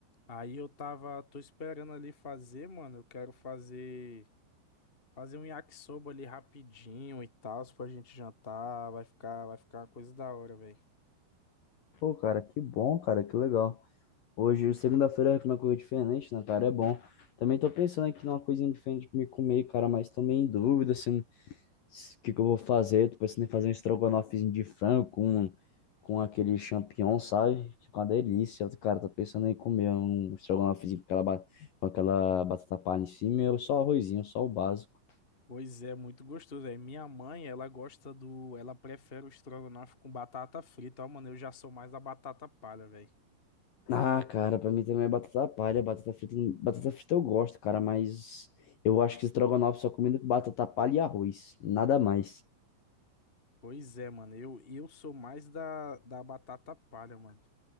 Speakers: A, on the left (about 15°); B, on the left (about 60°).
A: Aí eu tava, tô esperando ali fazer, mano, eu quero fazer, fazer um yakisoba ali rapidinho e tal, se pra gente jantar, vai ficar, vai ficar uma coisa da hora, velho.
B: Pô, cara, que bom, cara, que legal. Hoje, segunda-feira, é uma coisa diferente, né, cara? É bom. Também tô pensando aqui numa coisinha diferente pra me comer, cara, mas também em dúvida, assim, se- o que que eu vou fazer. Tô pensando em fazer um estrogonofezinho de frango com, com aquele champignon, sabe? Fica uma delícia. Cara, tô pensando em comer um estrogonofezinho com aquela, ba- com aquela batata palha em cima, ou só arrozinho, só o básico.
A: Pois é, muito gostoso, velho. Minha mãe, ela gosta do, ela prefere o estrogonofe com batata frita, ó, mano, eu já sou mais da batata palha, velho.
B: Ah, cara, pra mim também é batata palha, batata frita, batata frita eu gosto, cara, mas eu acho que estrogonofe só comendo com batata palha e arroz, nada mais.
A: Pois é, mano. Eu, eu sou mais da, da batata palha, mano.